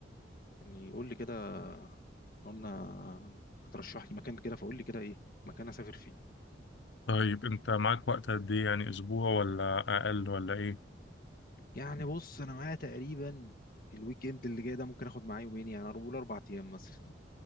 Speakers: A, on the left (about 50°); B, on the left (about 70°).
A: يعني قول لي كده قلنا هترشح لي مكان كده فقول لي كده ايه مكان اسافر فيه
B: طيب انت معاك وقت قد ايه يعني أسبوع ولا أقل ولا ايه؟
A: يعني بص انا معايا تقريبا الويك اند اللي جاي ده ممكن اخد معايا يومين يعني اقول اربع ايام مثلا